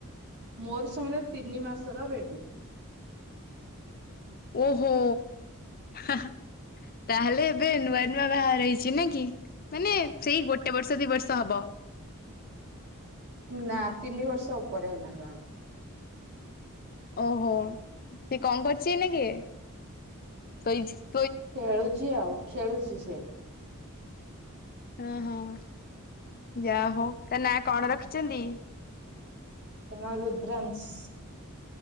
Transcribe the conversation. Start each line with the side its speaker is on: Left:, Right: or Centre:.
Right: ମୋର ସମୁଦାୟ ତିନି ମାସ ର ବେବି।
Left: ଓହୋ। ହଁ ହଁ ତାହେଲେ ଏବେ ନୂଆ ନୂଆ ବାହାର ହେଇଛି ନ କି ମାନେ ସେଇ ଗୋଟେ ଗୋଟେ ବର୍ଷ ଦୁଇ ବର୍ଷ ହବ।
Right: ନା ତିନି ବର୍ଷ ଉପରେ ହେଲାଣି ବାହାର।
Left: ଓହୋ ସେ କଣ କରଛି ଏଇନାକେ? ସୋଇଛି।
Right: ଖେଳୁଛି ଆଉ ଖେଳୁଛି ସେ।
Left: ଓ ହଁ ଯା ହଉ ତା ନା କଣ ରଖିଛନ୍ତି?
Right: ତା ନାଁ ରୁଦ୍ରଂଶ୍।